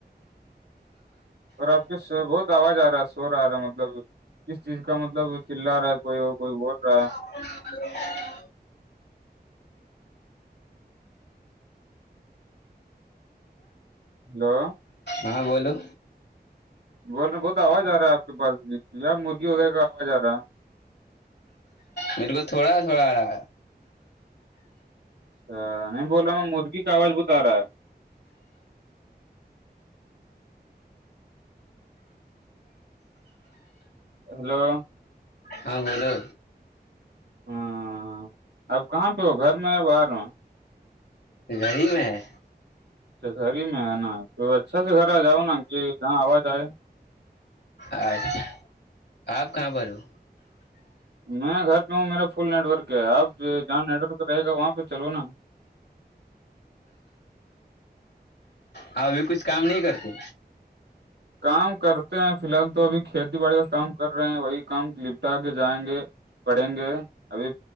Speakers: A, on the right; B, on the left.
A: اور آپ کی بہت آواز آ رہا ہے شوور آ رہا ہے مطلب کس چیز کا مطلب چلا رہا ہے کوئی اور کوئی بول رہا ہے
B: <inaudible>
A: ہیلو
B: ہاں بولو
A: بول رہے بہت آواز آ رہا ہے آپ کے پاس یے مرغی وغیرہ کا آواز آ رہا ہے
B: میرے کو تھوڑا تھوڑا آ رہا ہے
A: اچھ نہیں بول رہے میں مرغی کا آواز بہت آ رہا ہے ہیلو
B: ہاں بولو
A: ہاں اب کہاں پے ہو گھر میں یا باہر ہو
B: گڑی میں ہے
A: اچھا گھر ہی میں ہے نا تو اچھا سے گھر آ جاؤ نا کہ جہاں آواز آئے
B: اچھ آپ کہاں پر ہو
A: میں گھر پہ ہوں میرا فل نیٹ ورک ہے آپ جہاں نیٹ ورک رہے گا وہاں پہ چلو نا
B: اپ ابھی کچھ کام نہیں کرتے
A: کام کرتے ہیں فی الحال تو ابھی کھیتی باڑی کا کام کر رہے ہیں وہی کام نپٹا کے جائیں گے پڑھیں گے ابھی